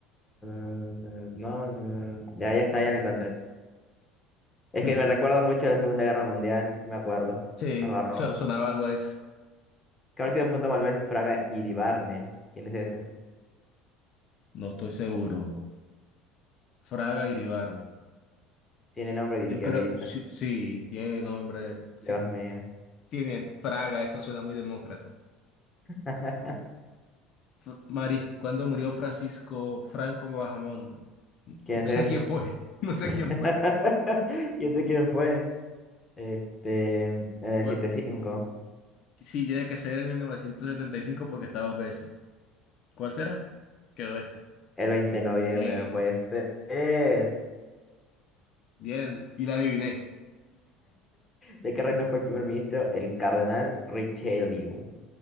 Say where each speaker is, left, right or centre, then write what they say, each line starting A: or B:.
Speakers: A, on the left (about 15°); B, on the left (about 50°).
A: No, no. no. Ya, ya está, ya la encontré. Es
B: hmm,
A: que me recuerdo mucho a la Segunda Guerra Mundial. sí Me acuerdo.
B: sí,
A: Barbarroja.
B: so- sonaba algo a eso.
A: ¿Qué partido fundó Manuel Fraga Iribarne? ¿Quién es ese?
B: No estoy seguro. Fraga Iribarne.
A: Tiene nombre de izquierdista.
B: Yo creo, sí, sí, tiene nombre. Sí,
A: Dios mío.
B: tiene Fraga, eso suena muy demócrata.
A: <laughs>
B: F- Maris, cuando murió Francisco Franco Bahamonde. No
A: ¿Quién es
B: sé
A: ese?
B: quién fue, <laughs> no sé
A: <laughs>
B: quién fue.
A: ¿Y ese quién fue? Este, en el
B: Bueno,
A: 7-5,
B: sí, tiene que ser en 1975 porque está dos veces. ¿Cuál será? Quedó esta.
A: el 20 de noviembre,
B: Bien,
A: no puede ser. <laughs>
B: bien, y la adiviné.
A: ¿De qué reino fue el primer ministro? El cardenal Richelieu.